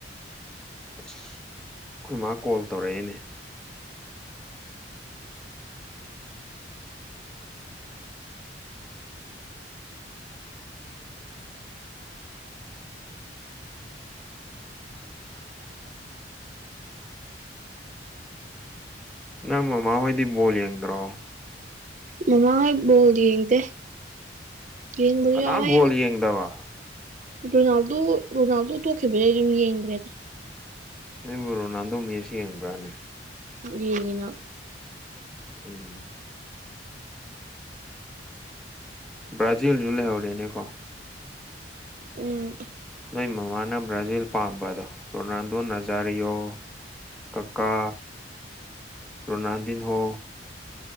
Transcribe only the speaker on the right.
ꯃꯃꯥ ꯍꯣꯏꯣ ꯌꯦꯡꯗ ꯌꯦ
ꯃꯦ
ꯔꯣꯅꯥꯜꯗꯣ ꯔꯣꯅꯥꯜꯗꯣ ꯊꯣꯛꯈꯤꯕꯗꯦ ꯑꯩ ꯑꯗꯨꯝ ꯌꯦꯡꯗ꯭ꯔꯦꯗ
ꯌꯦꯡꯉꯤꯅ
ꯎꯝ